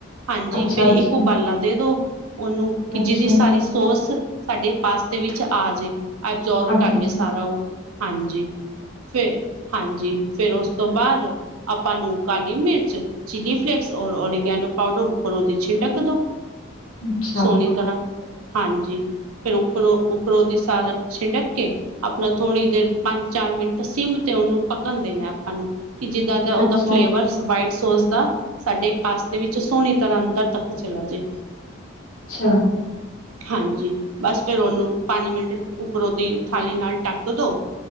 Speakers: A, on the right; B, on the left.
A: ਹਾਂਜੀ
B: ਅੱਛਾ-ਅੱਛਾ,
A: ਫੇਰ ਇੱਕ ਉਬਾਲਾ ਦੇ ਦੋ ਉਹਨੂੰ ਕਿ
B: ਅੱਛਾ,
A: ਜਿਹਦੀ ਸਾਰੀ ਸੋਸ ਸਾਡੇ ਪਾਸਤੇ ਵਿੱਚ ਆਜੇ। ਐਬਜ਼ੋਰਵ
B: ਅੱਛਾ-ਅੱਛਾ,
A: ਕਰਲੇ ਸਾਰਾ ਉਹ ਹਾਂਜੀ ਫਿਰ ਹਾਂਜੀ ਫੇਰ ਉਸ ਤੋਂ ਬਾਅਦ ਆਪਾਂ ਨੂੰ ਕਾਲੀ ਮਿਰਚ, ਚਿੱਲੀ ਫਲੇਕਸ, ਔਰ ੳਰੀਗੈਨੋ ਇਹਨੂੰ ਪਾਉਡਰ ਉੱਪਰੋ ਦੀ ਛਿੰਡਕ ਦੋ।
B: ਅੱਛਾ,
A: ਸੋਹਣੀ
B: ਅੱਛਾ,
A: ਤਰ੍ਹਾਂ ਹਾਂਜੀ ਫਿਰ ਉਪੱਰੋਂ ਉੱਪਰੋਂ ਦੀ ਸਾਲਾ ਛਿੰਡਕ ਕੇ ਆਪਣਾ ਥੋੜ੍ਹੀ ਦੇਰ ਪੰਜ -ਚਾਰ ਮਿੰਟ ਸਿੰਮ ਤੇ ਉਨੂ ਪਕਣ ਦੇ। ਆਪਾਂ ਨੂੰ ਕਿ ਜਿੱਦਾਂ ਦਾ ਉਹਦਾ
B: ਅੱਛਾ,
A: ਫਲੇਵਰਸ ਵਾਈਟਸ ਸੋਚਦਾ ਸਾਡੇ ਪਾਸਤੇ ਵਿੱਚ ਸੋਹਣੀ ਤਰ੍ਹਾਂ ਅੰਦਰ ਤੱਕ ਚਲਾ ਜੇ।
B: ਅੱਛਾ।
A: ਹਾਂਜੀ, ਬਸ ਫਿਰ ਉਹਨੂੰ ਪੰਜ ਮਿੰਟ ਉੱਪਰੋਂ ਦੀ ਥਾਲੀ ਨਾਲ ਟੱਕ ਦੋ।